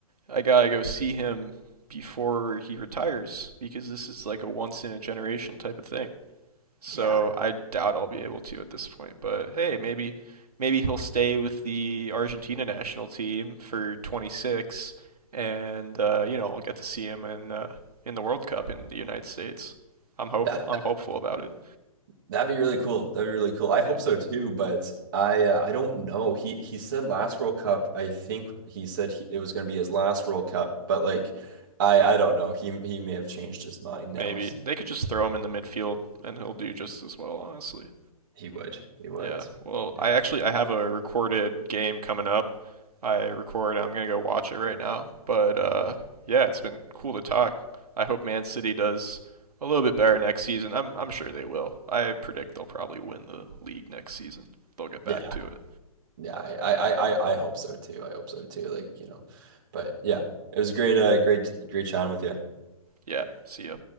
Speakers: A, on the right; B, on the right.
A: I gotta go see him before he retires because this is like a once in a generation type of thing. So
B: Yeah,
A: I doubt I'll be able to at this point. But hey, maybe maybe he'll stay with the Argentina national team for 26, and uh, you know I'll get to see him in uh, in the World Cup in the United States. I'm hope
B: that
A: I'm hopeful about it.
B: that'd be really cool. That'd be really cool. I hope
A: Yeah,
B: so too, but I uh, I don't know. He he said last World Cup. I think he said he, it was going to be his last World Cup, but like I I don't know. He he may have changed his mind
A: maybe
B: now.
A: they could just throw him in the midfield, and he'll do just as well. Honestly,
B: He would. He would.
A: Yeah. Well,
B: Yeah.
A: I actually I have a recorded game coming up. I record. I'm gonna go watch it right now. But uh, yeah, it's been cool to talk. I hope Man City does a little bit better next season. I'm I'm sure they will. I predict they'll probably win the league next season. They'll get back
B: Yeah,
A: to it.
B: yeah. I I I I I hope so too. I hope so too. Like, you know. But yeah, it was great uh great great chatting with you.
A: Yeah. See ya.